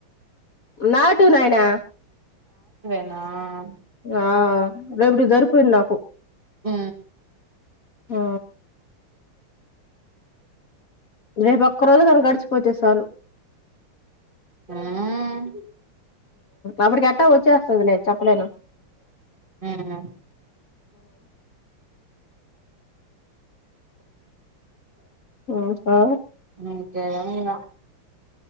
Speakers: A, on the left; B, on the right.
A: నాటు నాయనా
B: నా
A: ఆ రేపుటికి దొరకువిడు నాకు
B: ఊ
A: ఆ రేపు ఒక్కరోజు గాని గడిచిపోతే చాలు
B: మ్మ్
A: అప్పటికి ఎట్టా వచ్చేస్తుందిలే చెప్పలేను
B: మ్మ్
A: ఉ హా
B: హ్మ్ చేయాలి ఇంగా